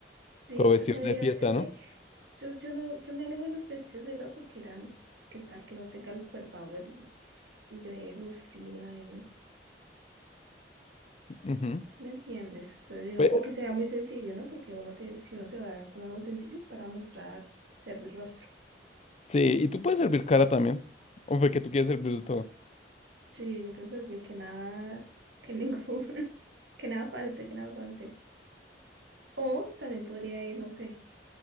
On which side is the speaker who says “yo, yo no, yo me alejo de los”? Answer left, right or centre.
Right